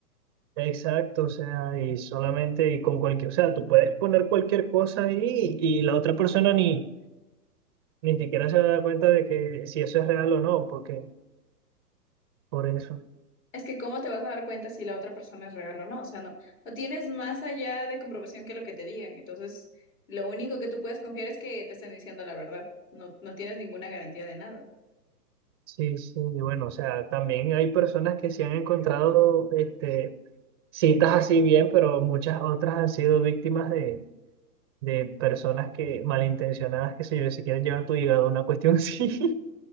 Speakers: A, on the right; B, on the left.
A: Exacto, o sea, y solamente y con cualquier, o sea, tú puedes poner cualquier cosa ahí y la otra persona ni, ni siquiera se va a dar cuenta de que si eso es real o no, porque por eso.
B: Es que cómo te vas a dar cuenta si la otra persona es real o no, o sea, no, no tienes más allá de comprobación que lo que te digan, entonces lo único que tú puedes confiar es que te estén diciendo la verdad, no, no tienes ninguna garantía de nada.
A: Sí, sí, y bueno, o sea, también hay personas que se han encontrado este, citas así bien, pero muchas otras han sido víctimas de, de personas que malintencionadas, que se yo, se quieren llevar tu hígado, una cuestión así. <laughs>